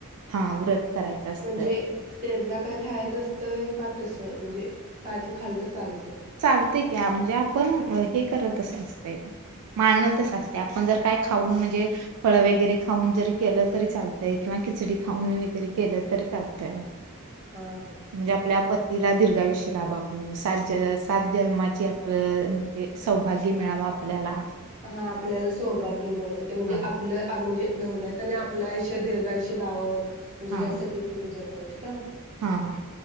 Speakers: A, on the right; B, on the right.
A: हा व्रत करायचं असतंय
B: म्हणजे तेला काय खायच असतंय का तसं म्हणजे कायतरी खाल तर चालतंय.
A: चालतय. की म्हणजे आपण हे करेल तसं असतंय माणल तसं असतं आपण जर काय खाऊन म्हणजे फळ वगैरे खाऊन जरी केलं तरी चालत. ते किंवा खिचडी खाऊन वगैरे केलं तरी चालतंय.
B: हा हा.
A: म्हणजे आपल्या प पतीला दीर्घायुष्य लाभाव सात जस सात जन्मांची आपलं म्हणजे सौभाग्य मिळावं आपल्याला
B: हा आपल्याला सौभाग्य मिळत. ते म्हणजे
A: हा
B: आपलं म्हणजे नवऱ्याच आणि आपलं आयुष्य दीर्घायुष्य जावाव. म्हणजे
A: हा
B: ह्यासाठी ती पूजा करायची. तर
A: हा